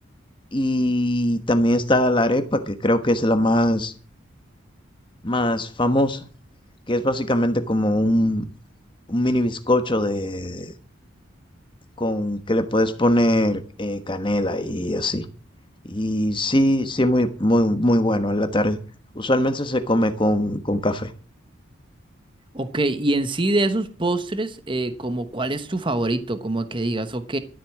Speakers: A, on the left; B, on the right.
A: Y también está la arepa, que creo que es la más, más famosa, que es básicamente como un, un mini bizcocho de, con que le puedes poner eh, canela y así. Y sí, sí es muy, muy, muy bueno en la tarde. Usualmente se come con, con café.
B: Ok, y en sí de esos postres, eh, como cuál es tu favorito, como que digas, ok,